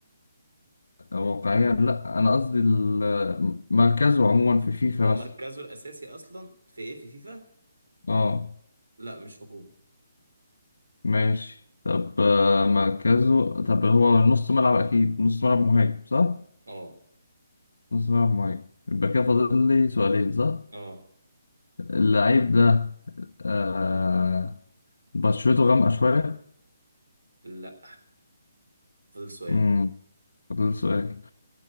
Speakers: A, on the left; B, on the right.
A: أو واقعيا لا انا قصدي ال- مركزه عموما في فيفا
B: هو
A: مثلا
B: مركزه الاساسي اصلا في ايه في فيفا
A: اه
B: لا مش هجوم
A: ماشي طب آه، مركزه طب هو نص ملعب اكيد نص ملعب مهاجم صح
B: اه
A: نص ملعب مهاجم يبقى كده فاضل لي سؤالين صح
B: اه
A: اللعيب ده آه بشرته غامقة شوية
B: لا فضل سؤال
A: امم فاضل لي سؤال